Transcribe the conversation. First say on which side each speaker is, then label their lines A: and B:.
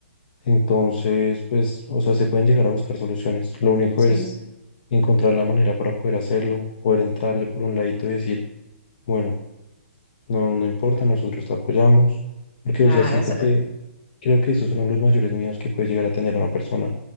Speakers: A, on the left; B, on the left.
A: Entonces, pues, o sea, se pueden llegar a buscar soluciones. Lo único
B: Sí,
A: es
B: sí,
A: encontrar la manera para poder hacerlo, poder entrarle por un ladito y decir, bueno, no, no importa, nosotros te apoyamos. Porque,
B: claro,
A: o sea, siento
B: es-
A: que creo que eso es uno de los mayores miedos que puede llegar a tener una persona.